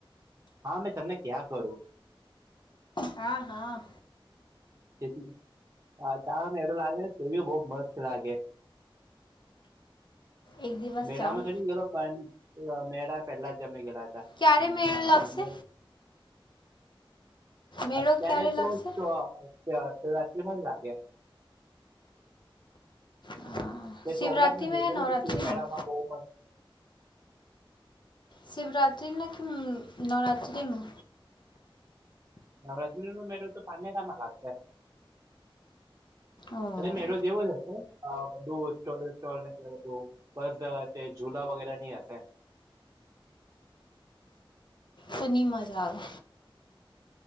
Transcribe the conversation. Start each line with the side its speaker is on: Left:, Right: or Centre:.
Right: હા મેં તમને ક્યાં કરુ
Left: હા હા‌
Right: એટલે અ તા મેળુ લાગે બોઉ મસ્ત લાગે.
Left: એક દિવસ
Right: મેળામાં
Left: જાઉં
Right: તો ની ગલો પણ મેળા પેલા અમે ગેલા હતા.
Left: ક્યારે
Right: મે
Left: મેળો લાગશે મેળો
Right: અત્યારે
Left: ક્યારે
Right: તો
Left: લાગશે
Right: શિવરાતિ પણ જ લાગે.
Left: હા,
Right: એ
Left: શિવરાત્રિમાં
Right: તો
Left: યા નવરાત્રિમાં
Right: શિવમેળામા બોઉ મસ્ત
Left: શિવરાત્રિમાં કેમ નવરાત્રિમા
Right: નવરાત્રી નું મેળો તો પાનેરામાં લાગે.
Left: ઓહ
Right: અરે મેળો જેવો જે <unintelligible> તે ઝુલા વગેરે ની હશે.
Left: તોની મજા આવે